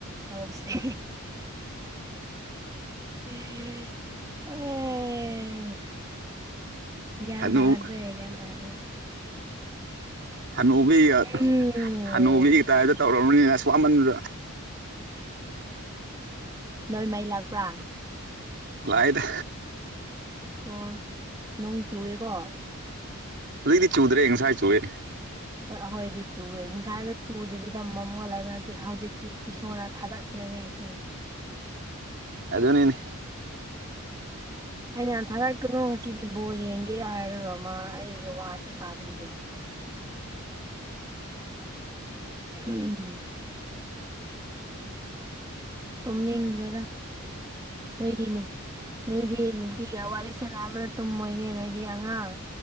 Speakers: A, on the right; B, on the right.
A: ꯇꯧꯕꯁꯤ <inaudible> ꯒ꯭ꯌꯥꯟ
B: ꯍꯅꯨ
A: ꯇꯗꯔꯦ- ꯒ꯭ꯌꯥꯟ ꯇꯗꯔꯦ
B: ꯍꯟꯅꯨꯕꯤꯒ
A: ꯎꯝ
B: ꯍꯟꯅꯨꯕꯤꯒ ꯇꯥꯏꯗ ꯇꯧꯔꯔꯕꯅꯤꯅ ꯑꯁ ꯋꯥꯃꯟꯕꯗ
A: ꯅꯣꯏ ꯃꯩ ꯂꯥꯛꯄ꯭ꯔꯥ
B: ꯂꯥꯏꯗ
A: ꯑꯣ ꯅꯣꯡ ꯆꯨꯑꯦꯀꯣ
B: ꯍꯧꯖꯤꯛꯇꯤ ꯆꯨꯗ꯭ꯔꯦ ꯉꯁꯥꯏ ꯆꯨꯏꯋꯦ
A: ꯑꯩꯈꯣꯏꯗꯤ ꯆꯨꯋꯦ ꯉꯁꯥꯏꯅ ꯆꯨꯗꯕꯤꯗ ꯃꯝꯃꯒ ꯂꯩꯕ ꯍꯧꯖꯤꯛꯇꯤ ꯏꯁꯣꯔꯅ ꯊꯥꯗꯠꯈ꯭ꯔꯦꯅꯦ ꯏꯁꯤꯡ
B: ꯑꯗꯨꯅꯤꯅꯦ
A: ꯑꯩꯅ ꯊꯥꯗꯔꯛꯀꯅꯣ ꯉꯁꯤꯗꯤ ꯕꯣꯜ ꯌꯦꯡꯒꯦ ꯍꯥꯏꯔꯒ ꯃꯥ ꯑꯩꯒꯤ ꯋꯥꯁꯨ ꯇꯥꯕꯤꯗꯦ ꯎꯝ ꯇꯨꯝꯅꯤꯡꯗ꯭ꯔꯦꯗ ꯅꯣꯏꯗꯤ ꯅꯣꯏꯗꯤ ꯅꯨꯄꯤꯒ ꯋꯥꯔꯤ ꯁꯥꯟꯅꯕꯗ ꯇꯨꯝꯃꯣꯏꯅꯦ ꯅꯣꯏꯗꯤ ꯑꯉꯥꯡ